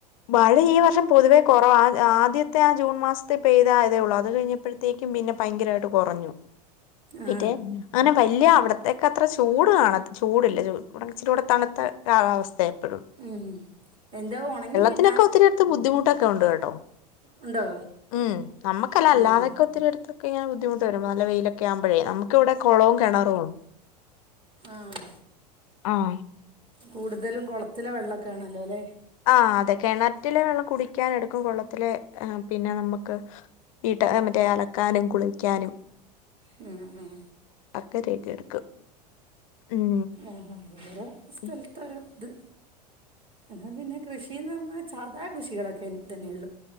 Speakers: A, on the left; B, on the right.
A: മഴ ഈ വർഷം പൊതുവേ കുറവ ആദ്യത്തെ ആ ജൂൺ മാസത്തെ പെയ്ത ആതേ ഉള്ളു അത് കഴിഞ്ഞ പ്പോഴത്തേക്കും പിന്നെ ഭയങ്കരമായിട്ട് കുറഞ്ഞു, പിന്നെ
B: ആ
A: അനെ വലിയ അവിടത്തേക്കെ അത്ര ചൂട് കാണാ ചൂടില്ല ച തുടങ്ങച്ചിരി കൂടെ തണുത്ത കാലാവസ്ഥയ എപ്പോഴും.
B: ഉം എന്താ ഉണങ്ങികിടി
A: അതിനൊക്ക ഒത്തിരിടുത്ത് ബുദ്ധിമട്ടക്കെ ഉണ്ട് കേട്ടോ
B: ഉണ്ടോ
A: ഉം നമ്മുക്കല്ല അല്ലാതൊക്കെ
B: ഉം.
A: ഒത്തിരി എടുത്ത് ഇതക്കെ ഇങ്ങനെ ബുദ്ധിമുട്ടരുമ്പോ നല്ല വെയിലൊക്കെ ആവുമ്പഴേ നമുക്ക് ഇവിടെ കുളവും കണറുണ്ട്.
B: ആഹ്
A: ആഹ്
B: കൂടുതലും കുളത്തിലെ വെള്ളമൊക്കെ ആണല്ലോ അല്ലേ
A: ആ അതെ കിണറ്റിലെ വെള്ളം കുടിക്കൻ എടുക്കും. കുള്ളത്തിലെ പിന്നെ നമുക്ക് വീട്ട മറ്റേ അലക്കാനും, കുളിക്കാനും.
B: ഉം ഉം
A: ഒരു എഴുതിയ എടുക്കും ഉം
B: ആഹ വേറെ
A: പി-
B: സ്ഥലത്ത് ഒരു ഇത്. അപ്പോ പിന്നെ കൃഷിന്ന് പറഞ്ഞാൽ സാധാ കൃഷികളൊക്കെ തന്നെള്ളു